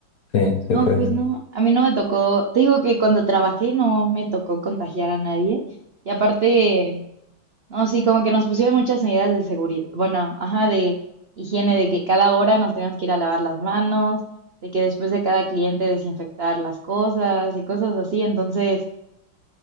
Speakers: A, on the left; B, on the right.
A: Sí,
B: No,
A: se fue.
B: pues no. A mí no me tocó. Te digo que cuando trabajé no me tocó contagiar a nadie. Y aparte, No, sí, como que nos pusieron muchas medidas de seguridad, bueno, ajá, de higiene, de que cada hora nos teníamos que ir a lavar las manos, de que después de cada cliente desinfectar las cosas y cosas así. Entonces,